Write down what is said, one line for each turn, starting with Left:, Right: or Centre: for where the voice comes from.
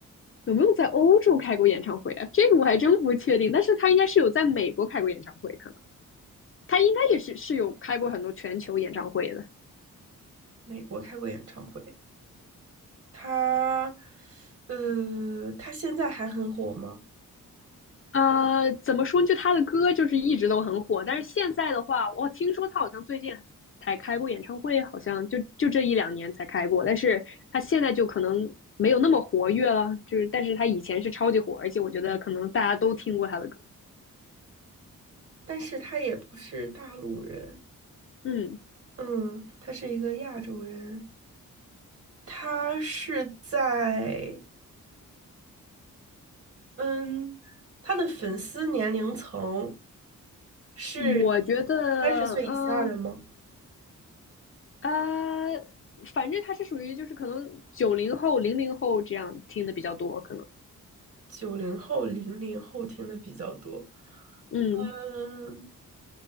Left: 有没有在欧洲开过演唱会啊？这个我还真不确定，但是他应该是有在美国开过演唱会，可能他应该也是是有开过很多全球演唱会的。
Right: 美国开过演唱会，他，呃，他现在还很火吗？
Left: 呃，怎么说？就他的歌就是一直都很火，但是现在的话，我听说他好像最近才开过演唱会，好像就就这一两年才开过，但是他现在就可能没有那么活跃了，就是但是他以前是超级火，而且我觉得可能大家都听过他的歌。
Right: 但是他也不是大陆人，
Left: 嗯，
Right: 嗯，他是一个亚洲人，他是在，嗯，他的粉丝年龄层是
Left: 我觉得，
Right: 三十岁以下的吗？
Left: 嗯、呃、呃反正他是属于就是可能九零后、零零后这样听的比较多，可能，
Right: 九零后、零零后听的比较多，
Left: 嗯
Right: 嗯。